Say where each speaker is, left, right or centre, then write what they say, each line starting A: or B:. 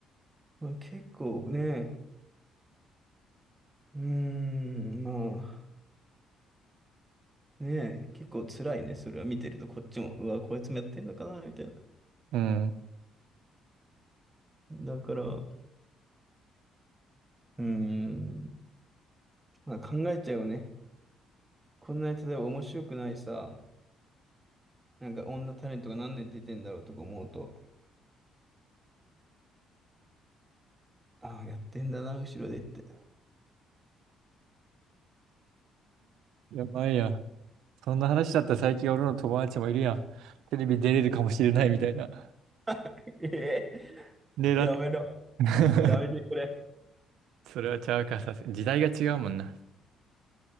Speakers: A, on the right (about 20°); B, on the right (about 80°).
A: まあ、結構ね、うーん、まあ。ねえ、結構辛いね、それは見てると、こっちも、うわ、こいつもやってんのかな、みたいな。
B: うん。
A: だから、うーん、まあ考えちゃうよね。こんなに例えば面白くないさ、なんか女タレントがなんで出てんだろうとか思うと、ああ、やってんだな、後ろでって。
B: やばいや。そんな話だったら最近俺の友達もいるやん。テレビ出れるかもしれないみたいな。
A: <laughs> ええ、
B: 狙っ
A: やめろ、
B: <laughs>
A: やめてくれ。
B: それはちゃうか、さす時代が違うもんな。